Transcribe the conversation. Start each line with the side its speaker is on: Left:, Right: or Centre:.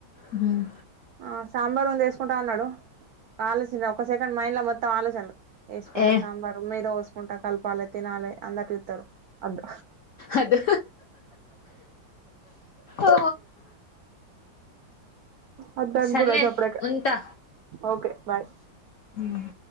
Left: ఉమ్
Right: ఆ సాంబార్ ఉంది వేసుకుంటవ అన్నడు ఆలోచన ఒక సెకండ్ మైండ్ లో మొత్తం ఆలోచనలు వేసుకుంటా
Left: ఏ
Right: సాంబారు మీద పోసుకుంటా కలపాలె తినాలి అందరూ చూత్తరు అద్దు
Left: అద్దు ఓ
Right: వద్దనుకున్న
Left: సర్లే
Right: సప్పుడేక
Left: ఉంటా
Right: ఓకే బాయ్
Left: ఉమ్